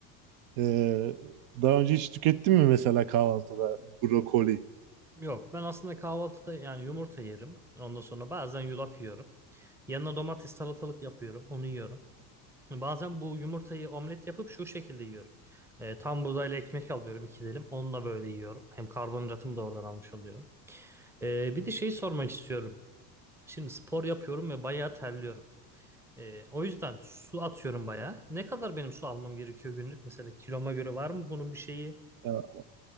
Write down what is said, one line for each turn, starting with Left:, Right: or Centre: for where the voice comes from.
Right: Ee, daha önce hiç tükettin mi mesela kahvaltıda brokoli?
Centre: Yok, ben aslında kahvaltıda yani yumurta yerim. Ondan sonra bazen yulaf yiyorum. Yanına domates, salatalık yapıyorum, onu yiyorum. Bazen bu yumurtayı omlet yapıp şu şekilde yiyorum. Ee, tam buğdayla ekmek alıyorum iki dilim. Onunla böyle yiyorum. Hem karbonhidratımı da oradan almış oluyorum. Ee, bir de şeyi sormak istiyorum. Şimdi spor yapıyorum ve bayağı terliyorum. Ee, o yüzden su atıyorum bayağı. Ne kadar benim su almam gerekiyor günlük? Mesela kiloma göre var mı bunun bir şeyi?
Right: Ya,